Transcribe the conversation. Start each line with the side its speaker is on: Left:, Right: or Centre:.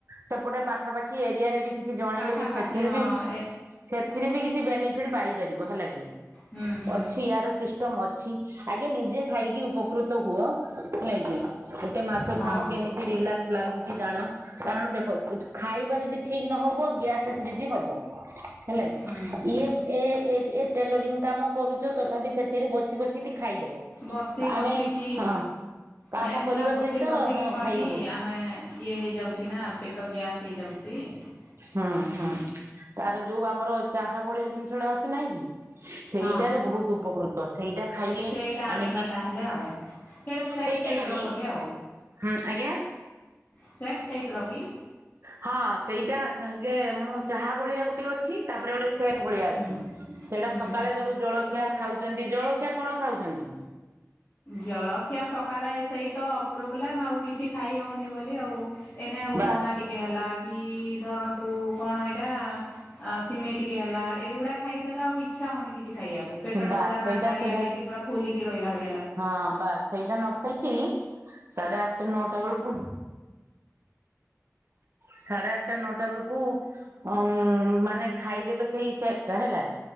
Right: ସେପଟେ ପାଖାପାଖି ଏରିଆରେ ବି କିଛି ଜଣେଇଲେ
Left: ପାଖାପାଖି
Right: ବି ସେଥିରୁ
Left: ହଁ
Right: ବି
Left: ଏ
Right: ସେଥିରେବି କିଛି ବେନିଫିଟ ପାଇପାରିବ ହେଲାକି
Left: ହୁଁ ହୁଁ
Right: ଅଛି ୟାର ସିଷ୍ଟମ ଅଛି। ଆଗେ ନିଜେ ଖାଇକି ଉପକୃତ ହୁଅ ହେଲାକିି ଗୋଟେ ମାସ
Left: ହଁ
Right: ଖାଅ କେ ମିତି ରିଲାକ୍ସ ଲାଗୁଛି ଜାଣ କାରଣ ଦେଖ ଖାଇବା ଯଦି ଠିକ୍ ନ ହବ ଗ୍ୟାସ ଏସିଡିଟି ହବ। ହେଲା କିି
Left: ହୁଁ
Right: ଇଏ ଏ ଏ ଟେଲରିଂ କାମ କରୁଛ ତଥାପି ସେଥିରେ ବସି ବସି ବି ଖାଇଦବ
Left: ବସି ବସିକି
Right: ଆମେ ହଁ କାମ
Left: ମେନ୍
Right: କରିବା
Left: ହେଲା ବସି
Right: ସହିତ
Left: ବସିକି
Right: ହଁ
Left: କଣକି
Right: ଖାଇହବ
Left: ଆମେ ଇଏ ହେଇଯାଉଛି ନା ପେଟ ଗ୍ୟାସ୍ ହେଇଯାଉଛି।
Right: ହଁ,
Left: ହୁଁ
Right: ହଁ। ତାର ଯୋଉ ଆମର ଚାହା ଭଳିଆ ଜିନିଷଟା ଅଛି ନାଇଁକି ସେଇଟାରେ
Left: ହଁ
Right: ବହୁତ ଉପକୃତ ସେଇଟା ଖାଇଲେ
Left: ସେଇଟା
Right: ଆମେ
Left: ଆଣିବା
Right: ଦି
Left: ତାହେଲେ ଆଉ। ସେଇଟା ସେକ୍
Right: ସେଇଟା
Left: ଟାଇପ୍
Right: ନାହିଁ
Left: ର ବୋଧେ ଆଉ
Right: ହୁଁ ଆଜ୍ଞା
Left: ସେକ୍ ଟାଇପ୍ ର କି?
Right: ହଁ ସେଇଟା ଯେ ମୁଁ ଚାହା ଭଳିଆ ଗୋଟେ ଅଛି ତାପରେ ଗୋଟେ ସେକ୍ ଭଳିଆ
Left: ହୁଁ
Right: ଅଛି ସେଟା
Left: ହୁଁ।
Right: ସକାଳେ ଯୋଉ ଜଳଖିଆ ଖାଉଛନ୍ତି, ଜଳଖିଆ କଣ ଖାଉଛନ୍ତି?
Left: ଜଳଖିଆ ସକାଳେ ସେଇତ ପ୍ରୋବ୍ଲେମ୍ ଆଉ କିଛି ଖାଇ ହଉନି ବୋଲି ଆଉ। ଏନେ ଉପମା
Right: ବାସ୍
Left: ଟିକେ ହେଲା କି ଧରନ୍ତୁ କଣ ଏଇଟା ଅ ସିମେଇ ଟିକେ ହେଲା ଏଗୁଡା ଖାଇଦେଲେ ଆଉ ଇଚ୍ଛା ହଉନି କିଛି ଖାଇବାକୁ। ପେଟଟା
Right: ବାସ୍
Left: ପୁରା
Right: ସେଇଟା
Left: ମାନ୍ଦାଲିଆ
Right: ସେଇଟା
Left: ହେଇକି ପୁରା ଫୁଲିକି ରହିଲା ଭଳି
Right: ହଁ ବାସ୍ ସେଇଟା ନ ଖାଇକି ସାଢେ ଆଠଟା ନଅଟା ବେଳକୁ ସାଢେ ଆଠଟା ନଅଟା ବେଳକୁ ଅଉଁ ମାନେ ଖାଇଦେବେ ସେଇ ସେଟ୍ ଟା ହେଲା